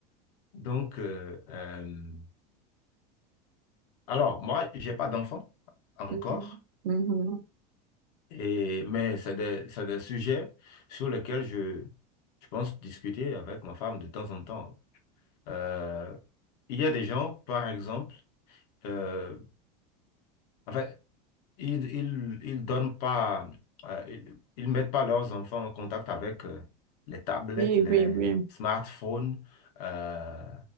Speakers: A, on the left; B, on the right.
A: Donc, euh, euh, alors, moi, j'ai pas d'enfant encore,
B: Mhm, mhm.
A: et, mais c'est des, c'est des sujets sur lesquels je, je pense discuter avec ma femme de temps en temps. Euh, il y a des gens, par exemple, euh, enfin, ils, ils, ils donnent pas, euh, ils, ils mettent pas leurs enfants en contact avec euh, les tablettes,
B: Oui,
A: les
B: oui, oui.
A: smartphones. euh,